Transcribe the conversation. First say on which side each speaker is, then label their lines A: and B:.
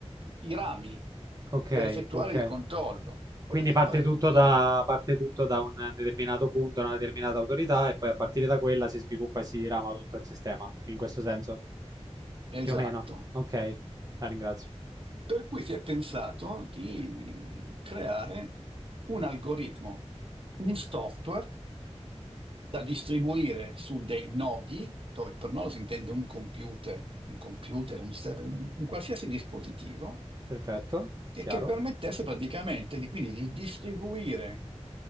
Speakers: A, on the right; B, on the right.
A: i rami
B: Ok,
A: per effettuare
B: ok.
A: il controllo.
B: Quindi
A: Per effettuare
B: parte
A: il
B: tutto
A: controllo.
B: da, parte tutto da un determinato punto, una determinata autorità, e poi a partire da quella si sviluppa e si dirama tutto il sistema. In questo senso, più
A: Esatto.
B: o meno. Ok, la ringrazio.
A: Per cui si è pensato di creare un algoritmo, un software da distribuire su dei nodi, dove per nodo si intende un computer, un computer, un server, un, un qualsiasi dispositivo,
B: Perfetto,
A: e
B: chiaro?
A: che permettesse praticamente di, quindi, di distribuire